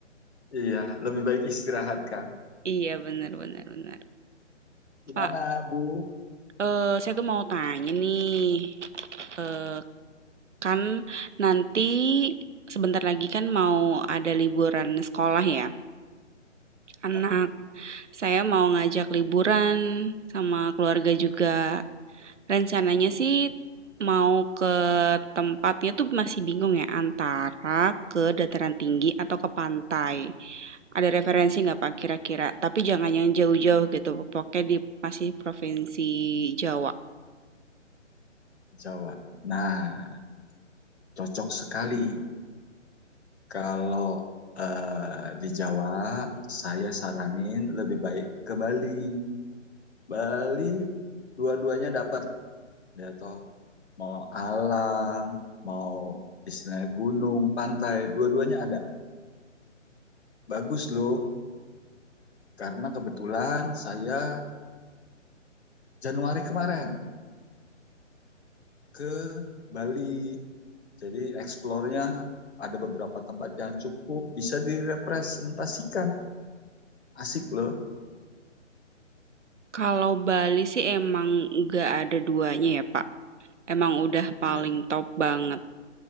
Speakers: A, on the left (about 55°); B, on the right (about 70°).
A: Iya, lebih baik istirahat kan.
B: Iya benar benar benar.
A: Gimana,
B: Pak,
A: Bu?
B: eh, saya tuh mau tanya nih. Eh, kan nanti sebentar lagi kan mau ada liburan sekolah ya. Anak
A: Eh,
B: saya mau ngajak liburan sama keluarga juga. Rencananya sih mau ke tempatnya tuh masih bingung ya antara ke dataran tinggi atau ke pantai. Ada referensi nggak Pak kira-kira? Tapi jangan yang jauh-jauh gitu, pokoknya di masih provinsi Jawa.
A: Jawa. Nah, cocok sekali kalau eh, di Jawa saya saranin lebih baik ke Bali. Bali dua-duanya dapat, ya toh. mau alam, mau istilahnya gunung, pantai, dua-duanya ada. Bagus loh, karena kebetulan saya Januari kemarin ke Bali. Jadi eksplornya ada beberapa tempat yang cukup bisa direpresentasikan. Asik loh.
B: Kalau Bali sih emang nggak ada duanya ya Pak. Emang udah
A: Iya.
B: paling top banget.